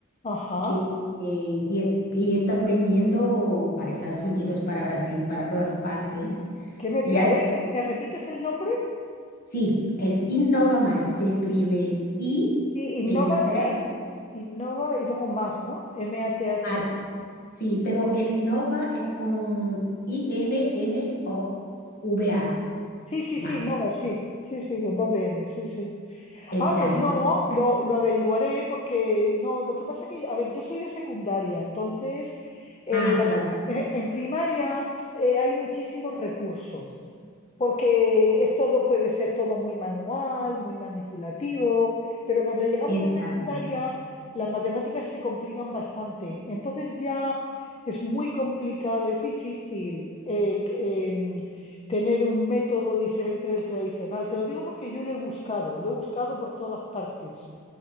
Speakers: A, on the left (about 30°); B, on the left (about 45°).
A: Ajá.
B: que, eh, y, y están vendiendo para Estados Unidos, para Brasil, para todas partes.
A: ¿Qué me
B: Y
A: di-
B: hay
A: A ver, ¿me, me repites el nombre?
B: Sí, es InnovaMatch, se escribe I
A: Sí, Innova,
B: de Inglaterra,
A: sí. Innova y luego Math, ¿no? M-A-T-H.
B: Match. Sí, pero el Innova es con I-N-N-O-V-A,
A: Sí, sí,
B: Match.
A: sí, Innova, sí. Sí, sí, con doble N, sí, sí.
B: Exacto.
A: Ah, pues no, lo, lo averiguaré porque no, lo que pasa que, a ver, yo soy de secundaria, entonces eh,
B: Ah,
A: la-
B: claro,
A: eh, en primaria eh, hay muchísimos recursos, porque es todo, puede ser todo muy manual, muy manipulativo, pero cuando llegamos
B: exacto.
A: a secundaria las matemáticas se complican bastante, entonces ya es muy complicado, es difícil. eh, em, tener un método diferente del tradicional. Te lo digo porque yo lo he buscado, lo he buscado por todas partes.